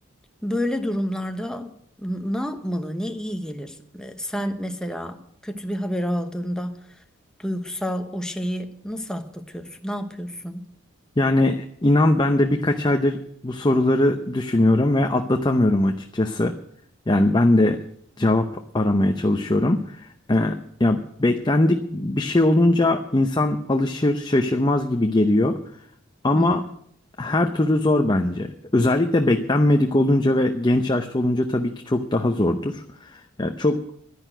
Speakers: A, in the centre; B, on the left.
A: Böyle durumlarda ne yapmalı, ne iyi gelir? E, Sen mesela kötü bir haber aldığında duygusal o şeyi nasıl atlatıyorsun? Ne yapıyorsun?
B: Yani inan ben de birkaç aydır bu soruları düşünüyorum ve atlatamıyorum açıkçası. Yani ben de cevap aramaya çalışıyorum. Ee, ya beklendik bir şey olunca insan alışır şaşırmaz gibi geliyor. Ama
A: Hı hı.
B: her türlü zor bence. Özellikle beklenmedik olunca ve genç yaşta olunca tabii ki çok daha zordur. Ya çok